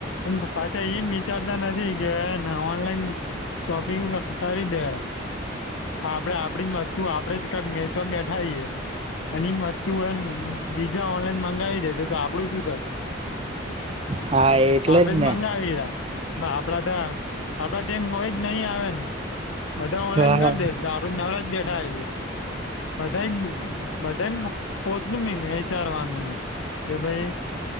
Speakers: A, on the left (about 80°); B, on the right (about 30°).
A: એમ પાછા એમ વિચારતા નથી કેને ઓનલાઈન શોપિંગ કરી દે હા આપડે આપડી વસ્તુ આપ આપડે જ વેચવામાં બેઠાએ. અને વસ્તુ બીજા ઓનલાઈન મંગાવી દે છે. તો આપડું શું
B: હા એટલે
A: આપડે
B: જ
A: મંગાવી.
B: ને
A: આપડા ત આપડા જેમ હોય જ નહી આવે ને બધા ઓનલાઈન
B: હા
A: કરી દેશે. આપડે નવરાજ બેઠા બધા બધા પોતનું નહી વિચારવાનું હોય. કે ભાઈ